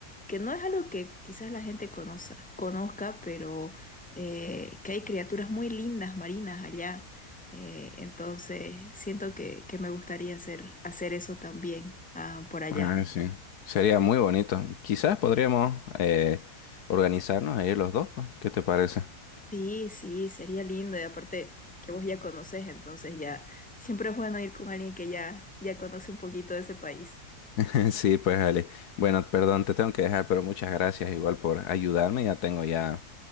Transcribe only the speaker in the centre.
que no es algo que quizás la gente conoza- conozca, pero eh, que hay criaturas muy lindas marinas allá. Eh, entonces, siento que, que me gustaría hacer, hacer eso también ah, por allá.
Sí, sí, sería lindo. Y aparte que vos ya conoces, entonces ya siempre es bueno ir con alguien que ya, ya conoce un poquito de ese país.